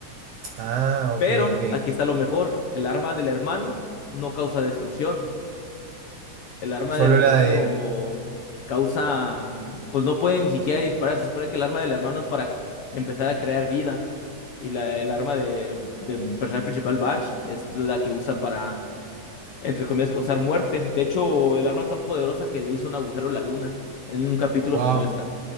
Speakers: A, on the right; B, on the left.
A: Ah,
B: Pero
A: ok, ok.
B: aquí está lo mejor, el arma del hermano no causa destrucción. El arma
A: Solo
B: del hermano
A: la de él.
B: causa, pues no puede ni siquiera disparar. Se supone que el arma del hermano es para empezar a crear vida. Y la, el arma de, de personaje principal, Bash, es la que usa para, entre comillas, causar muerte. De hecho, el arma es tan poderosa que le hizo un agujero a la luna. En un capítulo
A: Wow.
B: se muestra.